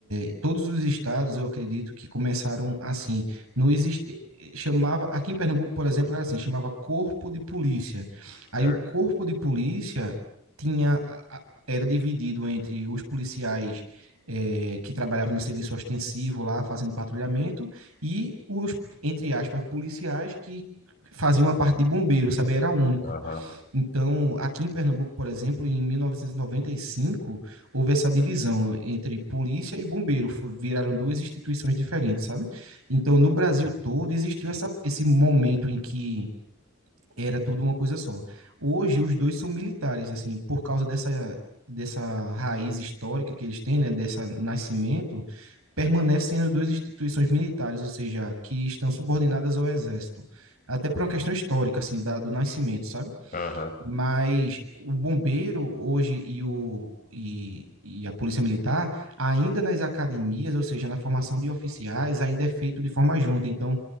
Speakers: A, on the right; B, on the left.
A: é, todos os estados, eu acredito, que começaram assim. Não existe. eh, Chamava. Aqui em Pernambuco, por exemplo, era assim: chamava Corpo de Polícia. Aí
B: certo.
A: o Corpo de Polícia tinha. a- Era dividido entre os policiais. é, que trabalhavam no serviço ostensivo lá, fazendo patrulhamento, e os, entre aspas, policiais que fazia uma parte de bombeiro, sabe? Era único.
B: Aham,
A: Então, aqui em Pernambuco, por exemplo, em 1995, houve essa divisão entre polícia e bombeiro, viraram duas instituições diferentes, sabe? Então, no Brasil todo existiu essa, esse momento em que era tudo uma coisa só. Hoje, os dois são militares, assim, por causa dessa, dessa raiz histórica que eles têm, né, desse nascimento, permanecem sendo duas instituições militares, ou seja, que estão subordinadas ao exército. Até por uma questão histórica, assim, da, do nascimento, sabe?
B: aham,
A: Mas o bombeiro hoje e, o, e, e a polícia militar, ainda nas academias, ou seja, na formação de oficiais, ainda é feito de forma junta. Então,